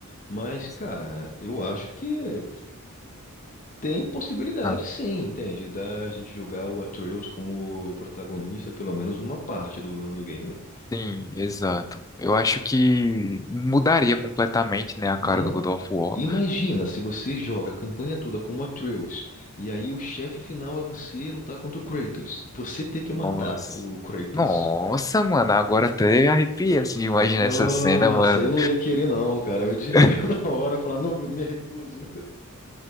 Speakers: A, on the left; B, on the left.
A: Mas,
B: uhum,
A: cara, eu acho que tem possibilidade,
B: Ah,
A: sim, entende? Da gente jogar o Atreus como protagonista, pelo menos numa parte do, do game.
B: Sim, exato. Eu acho que mudaria completamente, né, a cara
A: Não,
B: do God
A: é-
B: of War.
A: imagina se você joga a campanha toda como Atreus, e aí o chefe final é você lutar contra o Kratos, e você ter que
B: Nossa,
A: matar o Kratos.
B: nossa, mano, agora até arrepia assim, de imaginar
A: Nossa,
B: essa cena, mano.
A: eu não ia querer não, cara. Eu ia desligar
B: <laughs>
A: <laughs> na hora, falar, não, me recuso.